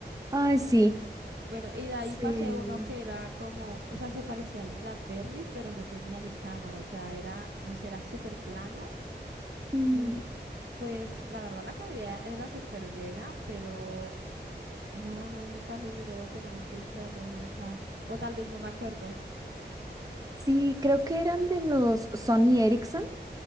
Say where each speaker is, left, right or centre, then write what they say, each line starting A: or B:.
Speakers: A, on the right; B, on the right.
A: Ay, sí.
B: Bueno, y de ahí
A: Sí.
B: pasé uno que era como, o sea, se parecía al BlackBerry, pero no tenía ni cámara, o sea, era, no sé, era súper plano
A: Mm,
B: y pues la verdad la calidad era súper buena, pero no, no, nunca logré obtener el de infrarrojo, o sea, o tal vez no me acuerdo.
A: Sí, creo que eran de los Sony Ericsson.